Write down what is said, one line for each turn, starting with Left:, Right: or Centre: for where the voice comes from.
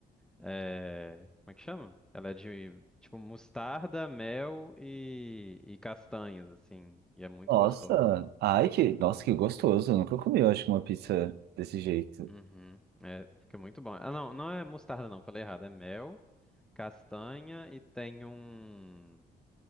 Centre: É, como é que chama? Ela é de tipo mostarda, mel e, e castanhas, assim. E é muito
Right: Nossa,
Centre: gostosa.
Right: ai que, nossa, que gostoso. Eu nunca comi, eu acho, uma pizza desse jeito.
Centre: Uhum. É, fica muito bom. Ah, não, não é mostarda, não. Falei errado. É mel, castanha e tem um.